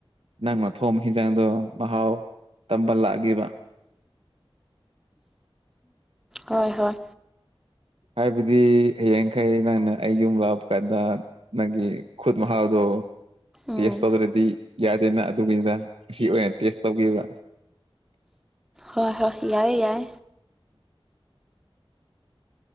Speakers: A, on the right; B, in the centre.
A: ꯅꯪꯅ ꯊꯣꯡꯕ ꯍꯤꯟꯖꯥꯡꯗꯣ ꯃꯍꯥꯎ ꯇꯝꯕ ꯂꯥꯛꯀꯦꯕ꯫
B: ꯍꯣꯏ ꯍꯣꯏ
A: ꯍꯥꯏꯕꯗꯤ ꯍꯌꯦꯡꯈꯩ ꯅꯪꯅ ꯑꯩ ꯌꯨꯝ ꯂꯥꯛꯄꯗ ꯅꯪꯒꯤ ꯈꯨꯠ ꯃꯍꯥꯥꯎꯗꯣ
B: ꯎꯝ
A: ꯇꯦꯁ ꯇꯧꯗ꯭ꯔꯗꯤ ꯌꯥꯗꯦꯅ ꯑꯗꯨꯒꯤꯅꯤꯗ ꯑꯁꯤ ꯑꯣꯏꯅ ꯇꯦꯁ ꯇꯧꯒꯦꯕ꯫
B: ꯍꯣꯏ ꯍꯣꯏ ꯌꯥꯏ ꯌꯥꯏ